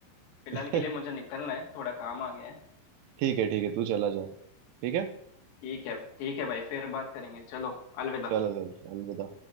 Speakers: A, on the left; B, on the right.
A: फिलहाल
B: <laughs>
A: के लिए मुझे निकलना है थोड़ा काम आ गया है
B: ठीक है ठीक है तू चला जा ठीक है
A: ठीक है ठीक है भाई फिर बात करेंगे चलो अलविदा
B: चलो चल अलविदा